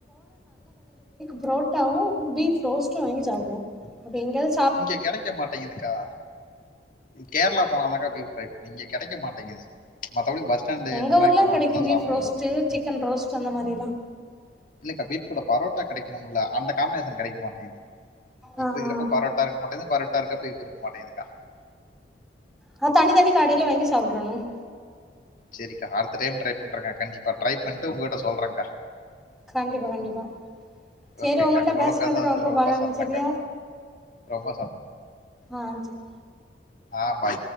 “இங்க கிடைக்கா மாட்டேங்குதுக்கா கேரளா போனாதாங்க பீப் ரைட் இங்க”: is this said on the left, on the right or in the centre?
Left